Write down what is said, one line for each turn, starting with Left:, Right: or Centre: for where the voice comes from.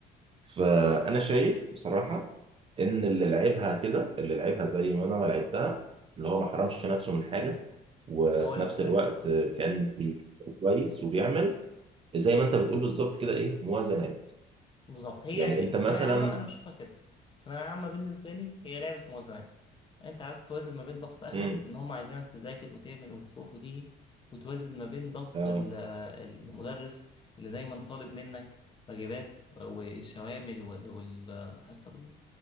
Right: فانا شايف بصراحه ان اللي لعبها كده اللي لعبها زي ما انا ما لعبتها اللي هو ما حرمش نفسه من حاجه وفي
Left: هو اللي
Right: نفس
Left: استفاد
Right: الوقت كان بي- كويس وبيعمل زي ما انت بتقول بالظبط كده ايه موازنات
Left: بالظبط هي
Right: يعني
Left: يعني
Right: انت
Left: الثانوية
Right: مثلا
Left: عامة أنا بشوفها كده الثانوية عامة بالنسبة لي هي لعبة موازنات أنت عارف توازن ما بين ضغط أهلك
Right: امم
Left: إن هم عايزينك تذاكر وتعمل وتروح وتيجي وتوازن ما بين ضغط
Right: اه
Left: ال- المدرس اللي دايما طالب منك واجبات وشوامل و- والحصة